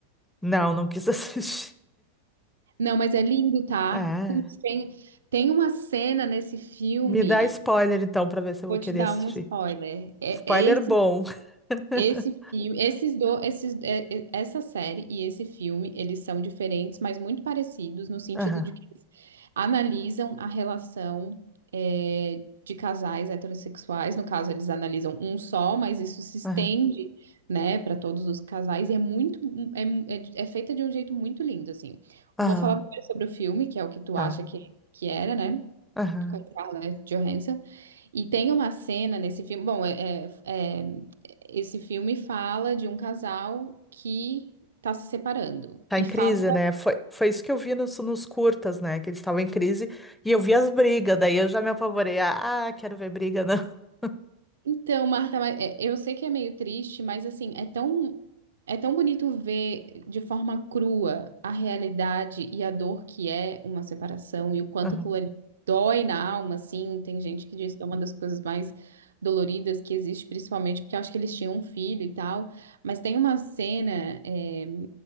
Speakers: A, in the centre; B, on the right (about 65°).
A: Não, não quis <laughs> assistir.
B: Não, mas é lindo, tá?
A: É.
B: Putz, tem, tem uma cena nesse filme.
A: Me dá spoiler então pra ver se eu
B: Vou
A: vou querer
B: te dar
A: assistir.
B: um spoiler. É,
A: Spoiler
B: é esse
A: bom. <laughs>
B: Esse filme, esses do, esses, é, é, essa série e esse filme, eles são diferentes, mas muito parecidos no sentido
A: Aham,
B: de que eles analisam a relação é, de casais heterossexuais. No caso, eles analisam um só, mas isso se estende,
A: aham,
B: né, para todos os casais e é muito, é, é, é feita de um jeito muito lindo, assim.
A: aham,
B: Vou falar primeiro sobre o filme, que é o que tu
A: tá.
B: acha que, que era, né?
A: Aham.
B: com a Scarlett Johansson. E tem uma cena nesse filme. Bom, é- é- é, esse filme fala de um casal que está se separando.
A: Tá
B: E
A: em crise,
B: fala
A: né? Foi, foi isso que eu vi nos, nos curtas, né? Que eles estavam em crise e eu vi as brigas, daí eu já me apavorei. Ah, quero ver briga, não. <laughs>
B: Então, Marta, mas, é, eu sei que é meio triste, mas assim, é tão, é tão bonito ver de forma crua a realidade e a dor que é uma separação e o quanto
A: Aham,
B: aquilo ali dói na alma, assim. Tem gente que diz que é uma das coisas mais doloridas que existe, principalmente porque eu acho que eles tinham um filho e tal. Mas tem uma cena. eh,